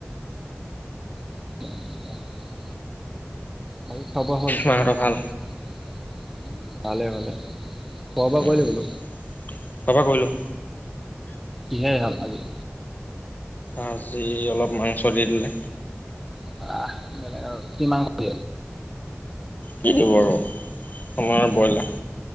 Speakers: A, in the centre; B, on the left.
A: <unintelligible> বাকী খোৱা বোৱা হ'ল উম
B: মাহঁতৰ ভাল
A: ভালে ভালে। খোৱা বোৱা কৰিলি
B: উম
A: বোলো
B: খোৱা-বোৱা কৰিলোঁ।
A: কিহেৰে হ'ল আজি।
B: আজি অলপ মাংস দি দিলে।
A: বা বেলেগ আৰু কি মাংস দিয়ে।
B: কি দিব আৰু আমাৰ বইলাৰ।